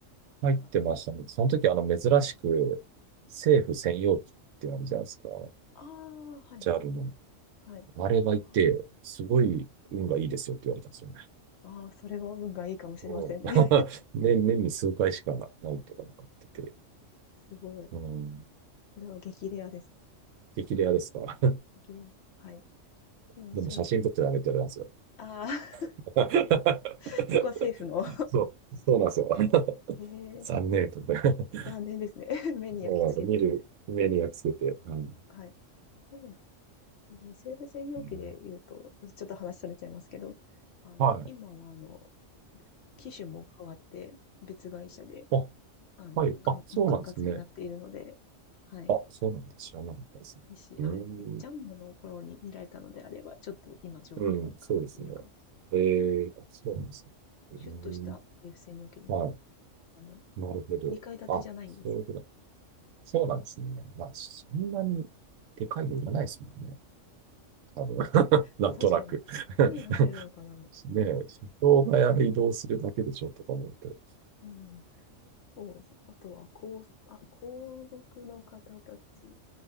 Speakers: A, on the right; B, on the left.
A: 入ってましたね。
B: か
A: その時、あの、珍しく、政府専用機ってあるじゃないですか。
B: ああー、はい、
A: JAL の。
B: はい。
A: あれがいて、
B: あ、
A: すごい運がいいですよって言われたんですよね。
B: はい。ああ、それは運がいいかもしれませんね。
A: うん <laughs> 年、年に数回しかないってかなんか言ってて。
B: <laughs> すごい。
A: うん。
B: それは激レアです。
A: 激レアですか。
B: 激レア。はい。
A: <laughs>
B: うん、
A: でも写真撮っちゃダメって言われ
B: そうですね。ああ、
A: たんですよ。
B: <laughs> そこは政府の。
A: <laughs> そう、そうなんですよ。<laughs>
B: へえ、
A: 残念とか。<laughs>
B: <laughs> 残念ですね。<laughs> 目に焼き付けて。
A: そうなんですよ。見る目に焼き付けて。うん。
B: はい。そうでも政府専用機で言うと、
A: うん
B: ちょっと話されちゃいますけど、あの、
A: はい。
B: 今は、あの、機種も変わって、別会社で、
A: あ、
B: あの、
A: はい。
B: 管の管轄になっているので、
A: あ、そうなんですね。
B: はい。
A: あ、そうなんだ。知らなかったですね。
B: もし、
A: うん。
B: はい。ジャンボの頃に見られたのであれば、ちょっと今状況が変わっているかもしれない。
A: うん、そうですね。え
B: はい。
A: ー、あ、そうなんですね。えー、
B: シュッとした政府専用機になりまし
A: はい。
B: た。あの、
A: なるほど。
B: 2階建てじゃないんです
A: あ、そういうことだ。そうなんですね。まあ、そんなにでかいのいらないですもんね。多分。<laughs>
B: よ。
A: なんとなく
B: まあ確かに、
A: <laughs>
B: 何乗せるのかな
A: ねえ、人がや移動するだけでしょとか思うと。
B: うん。そうですね。あとは、皇、あ、皇族の方たち